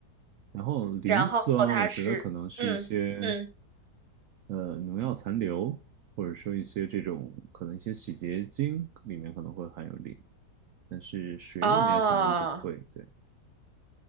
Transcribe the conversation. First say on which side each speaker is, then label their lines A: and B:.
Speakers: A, on the right; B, on the right.
A: 然后磷酸，
B: 然后它是，
A: 我觉得可能是一些
B: 嗯嗯
A: 呃农药残留，或者说一些这种可能一些洗洁精里面可能会含有磷，但是水里面可能不会。
B: 哦，
A: 对，